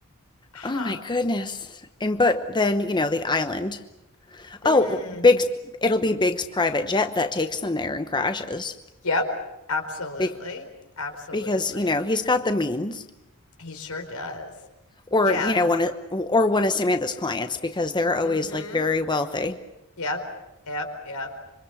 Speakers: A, on the left; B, on the left.
A: Huh.
B: Oh my goodness. And but then, you know, the island.
A: Hmm.
B: Oh, well, Big's, it'll be Big's private jet that takes them there and crashes.
A: yep, absolutely,
B: Be
A: absolutely.
B: because, you know, he's got the means.
A: He sure does.
B: or
A: Yeah,
B: you know one of or one of Samantha's clients because they're always
A: mhm,
B: like very wealthy
A: yep, yep, yep.